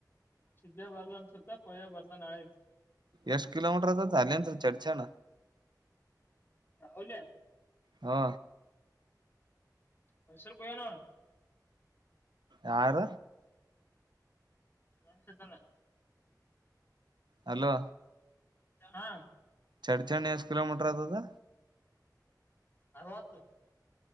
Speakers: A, on the left; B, on the right.
A: ಸುದಿದ್ದ್ಯ ಬರ್ಲ ಅನ್ಸುತ್ತಾ ಕೊಯ ಬರ್ತಾನೆ ಆಯತು
B: ಎಷ್ಟ ಕಿಲೋಮೀಟರದ ಅಲ್ಲಿಂದ ಚರ್ಚು
A: ಹೌಲಾ
B: ಹಾ
A: ಮೈಸೂರು ಗೆ ಹೋಗ್ತೀನಿ ನೋಡು
B: ಯಾರ
A: ಇಾನ ಸ್ಧಂಗ
B: ಹಲೋ
A: ಹಾ
B: ಚಡ್ಚಂಡ ಎಷ್ಟ ಕಿಲೋಮೀಟರ್ ಅದ ಅದು
A: ಅರವತ್ತು